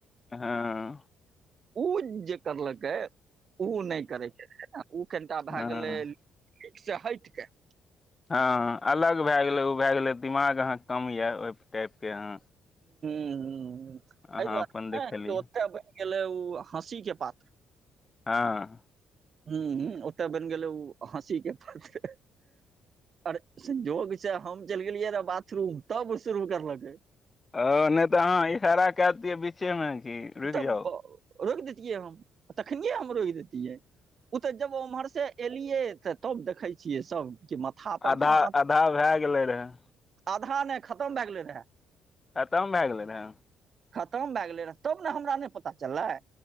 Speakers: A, on the left; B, on the right.
A: हां।
B: उ जे करलकै। उ नहि करैके उ कनिटा भए
A: हँ
B: गेलै ठीक से हइट के
A: हां अलग भए गेलै ओ भए गेलै दिमाग अहांके कम ये ओहि टाइपके अहाँ
B: हुं उं।
A: अहाँ
B: अहि दुआरे
A: अपन देखेलियै
B: कि ओकर हेलो, हँसी के पात्र
A: हां।
B: हुं ओत बनि गेलै ओ हँसी के पात्र पर संजोग से हम चलि गेलियै रहियै बाथरूम तब ओ शुरू करलकै।
A: हां नहि त अहाँ इशारा कए दैतियै बीच्चेमे। हे रुकि
B: तब
A: जाउ।
B: रोकि देैतियै हम आ तखनिये हम रोकि देैतियै। उतऽ जब उम्हर से एलियै तऽ तब देखै छियै सब। के माथा पर
A: आधा-आधा
B: हाथ
A: भए गेलै रहए।
B: आधा नहि खतम भए गेलै रहए।
A: खतम भए गेलै रहे।
B: खतम भए गेलै रह। तब ने हमरा नहि पता चललै।